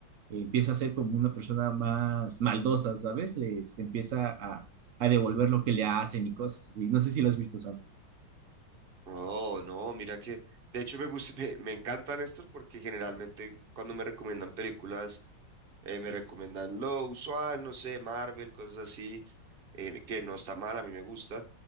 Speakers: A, on the right; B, on the right.
A: empieza a ser como una persona más maldosa, ¿sabes? Les empieza a, a devolver lo que le hacen y cosas así. No sé si lo has visto, Sam.
B: Oh, no, mira que, de hecho me gusta, <laughs> me, me encantan estos porque generalmente cuando me recomiendan películas, eh, me recomiendan lo usual, no sé, Marvel, cosas así. eh, que no está mal, a mí me gusta,